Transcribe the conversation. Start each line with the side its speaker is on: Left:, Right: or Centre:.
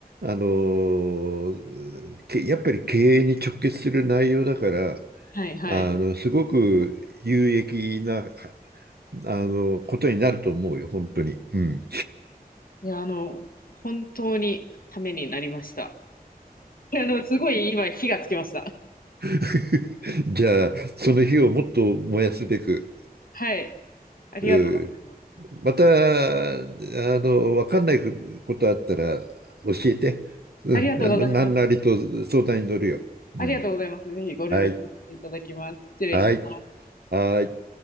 Right: あのけやっぱり経営に直結する内容だから、
Left: はいはい。
Right: あの、すごく有益な、あの、ことになると思うよ、本当に。うん。
Left: いや、あの、本当にためになりました。<laughs> あの、すごい今、火がつきました。
Right: <laughs> じゃあ、その火をもっと燃やすべく、
Left: はい。ありがとうございます。
Right: うん、また、あの、わかんないことあったら教えて。うん、
Left: ありがとうございます。
Right: ななんなりと相談に乗るよ。
Left: ありがとうございます。
Right: うん。
Left: ぜひご連絡させていただきます。
Right: はい。
Left: 失礼します。
Right: はい。はい。